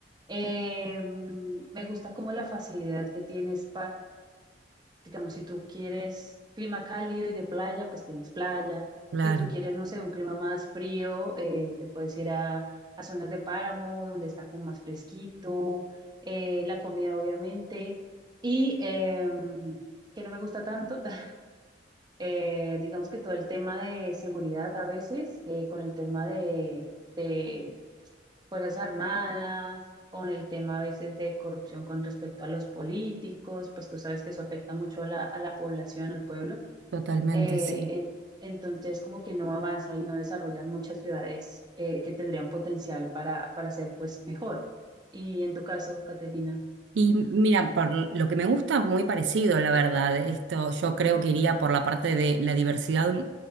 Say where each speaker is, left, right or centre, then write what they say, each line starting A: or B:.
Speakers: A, on the right; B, on the right.
A: Eh, mm, me gusta como la facilidad que tienes digamos, si tú quieres clima cálido y de playa, pues tienes playa.
B: Claro,
A: Si tú quieres, no sé, un clima más frío, eh, te puedes ir a, a zonas de páramo, donde está como más fresquito, eh, la comida obviamente. Y em, que no me gusta tanto, <laughs> eh, digamos que todo el tema de seguridad a veces, eh, con el tema de, de Fuerzas Armadas, con el tema a veces de corrupción con respecto a los políticos, pues tú sabes que eso afecta mucho a la, a la población, al pueblo.
B: totalmente,
A: Eh,
B: sí.
A: en- entonces, como que no avanza y no desarrollan muchas ciudades eh, que tendrían potencial para, para ser pues mejor. Y en tu caso, Caterina.
B: Y mira, por lo que me gusta, muy parecido, la verdad. Esto yo creo
A: <laughs>
B: que iría por la parte de la diversidad, mm,